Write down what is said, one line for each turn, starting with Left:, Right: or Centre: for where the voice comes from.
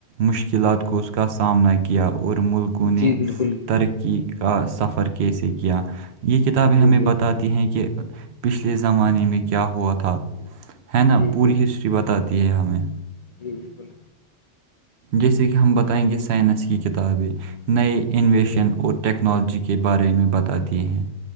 Right: مشکلات کو اس کا سامنا کیا اور ملک نے
Left: جی بالکل
Right: ترقی کا سفر کیسے کیا یہ کتابیں
Left: جی
Right: ہمیں
Left: جی
Right: بتا دی ہیں کہ پچھلے زمانے میں کیا ہوا تھا ہے نا
Left: جی
Right: پوری
Left: جی
Right: ہسٹری ای بتاتی ہے ہمیں
Left: جی بالکل
Right: جیسے کہ ہم بتائیں گے سائنس کی کتابیں نئے انویشن
Left: جی
Right: اور ٹیکنالوجی کے بارے میں بتاتی ہیں